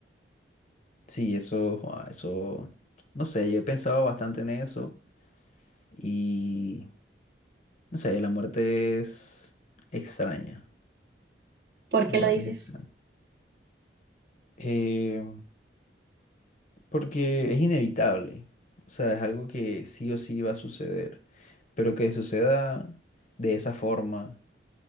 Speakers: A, on the left; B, on the right.
A: Sí, eso, joa, eso, no sé, yo he pensado bastante en eso. Y no sé, la muerte es extraña.
B: ¿Por qué
A: La muerte
B: lo dices?
A: es extraña. Eh, porque es inevitable. O sea, es algo que sí o sí va a suceder. Pero que suceda de esa forma,